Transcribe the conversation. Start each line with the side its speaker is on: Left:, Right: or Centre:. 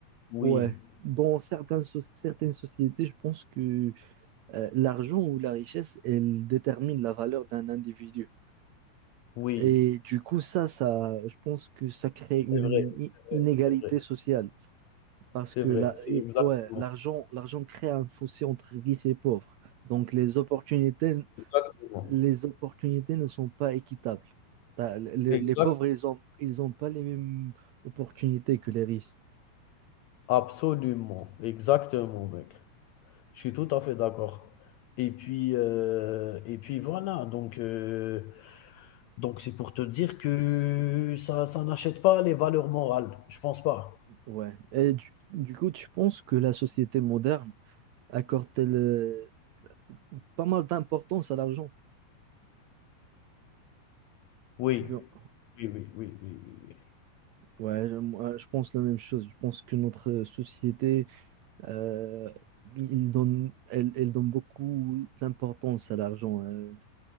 Left: oui,
Right: ouais, dans certaines, so- certaines sociétés, je pense que euh, l'argent ou la richesse, elle détermine la valeur d'un individu.
Left: oui,
Right: Et du coup, ça, ça, je pense que ça crée
Left: c'est
Right: une
Left: vrai,
Right: i-
Left: c'est vrai,
Right: inégalité
Left: c'est vrai,
Right: sociale.
Left: c'est
Right: Parce
Left: c'est
Right: que
Left: vrai,
Right: la,
Left: c'est
Right: et-
Left: exactement.
Right: ouais, l'argent, l'argent crée un fossé entre riches et pauvres. Donc, les opportunités
Left: Absolument,
Right: les opportunités ne sont pas équitables. T'as- le- le-
Left: Ex-
Right: les pauvres, ils ont, ils ont pas les mêmes opportunités que les riches.
Left: absolument, exactement, mec. Je suis tout à fait d'accord. Et puis, euh, et puis voilà, donc euh, donc c'est pour te dire que ça, ça n'achète pas les valeurs morales, je pense pas.
Right: Ouais. Et du, du coup, tu penses que la société moderne accorde le- pas mal d'importance à l'argent?
Left: Oui.
Right: du-
Left: Oui, oui, oui, oui, oui, oui.
Right: Ouais, je moi, je pense la même chose. Je pense que notre société Euh, il donne, elle, elle donne beaucoup d'importance à l'argent. hein.